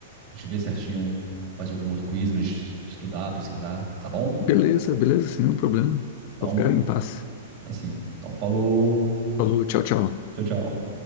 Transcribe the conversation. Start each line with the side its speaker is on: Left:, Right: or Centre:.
Right: a gente vê certinho mais algum outro quiz pra gente estudar, pesquisar, tá bom?
Left: Beleza, beleza, sem nenhum problema.
Right: Então,
Left: Vou ficar em paz.
Right: assim, então falou.
Left: Falou, tchau, tchau.
Right: Tchau, tchau.